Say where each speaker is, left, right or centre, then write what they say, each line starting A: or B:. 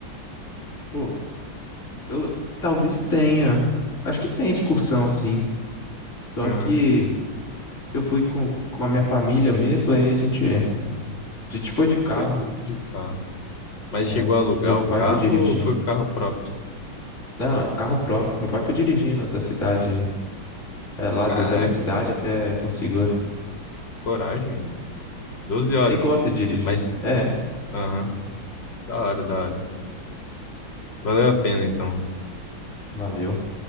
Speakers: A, on the left; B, on the left.
A: Pô, eu talvez tenha. Acho que tem excursão, sim. Só
B: Aham.
A: que se eu fui com, com a minha família mesmo, aí a gente, a
B: aham.
A: gente foi de carro.
B: Foi tudo de carro. Mas
A: É,
B: chegou a alugar
A: meu pai
B: o carro
A: foi dirigindo.
B: ou foi o carro próprio?
A: Não, carro próprio. Meu pai foi dirigindo da cidade é, lá
B: Caraca,
A: da, da minha cidade até Porto Seguro.
B: coragem, mano. 12 horas.
A: Ele gosta de dirigir.
B: Mas,
A: É,
B: aham, da hora, da hora. Valeu a pena, então.
A: valeu.